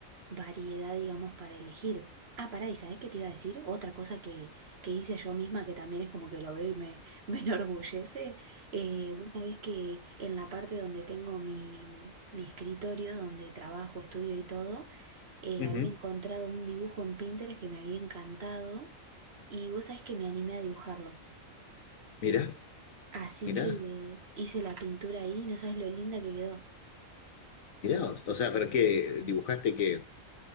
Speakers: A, on the right; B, on the left.
A: variedad, digamos, para elegir. Ah, pará, ¿y sabés qué te iba a decir? Otra cosa que, que hice yo misma, que también es como que lo veo y me, <laughs> me enorgullece. Eh, vos sabés que en la parte donde tengo mi, mi escritorio, donde trabajo, estudio y todo, eh,
B: Ujú,
A: había
B: ujú.
A: encontrado un dibujo en Pinterest que me había encantado y vos sabés que me animé a dibujarlo.
B: Mirá,
A: Así
B: mirá,
A: que eh, hice la pintura ahí, no sabes lo linda que quedó.
B: mirá. vos. O sea, pero qué dibujaste qué